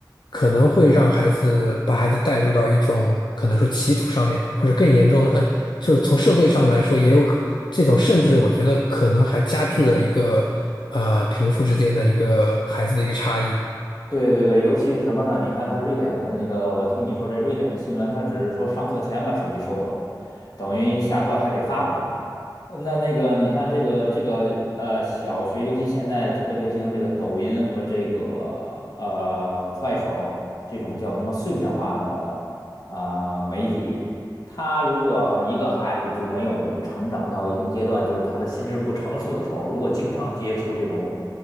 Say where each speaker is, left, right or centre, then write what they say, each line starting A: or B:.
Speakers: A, on the left (about 75°); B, on the left (about 55°).
A: 可能会让孩子把孩子带入到一种可能说歧途上面，或者更严重的，呃，就是从社会上来说，也有可这种，甚至我觉得可能还加剧了一个呃贫富之间的一个孩子的一个差异。
B: 对对对，尤其是什么呢？你看他瑞典的那个，我听你说这瑞典的新闻，他只是说上课前把手机收走，等于下课还给发回来。呃那那个，你看这个这个呃，小学尤其现在特别流行这个抖音和这个呃快手这种叫什么碎片化的啊、媒体，他如果一个孩子就没有成长到一定阶段，就是他的心智不成熟的时候，如果经常接触这种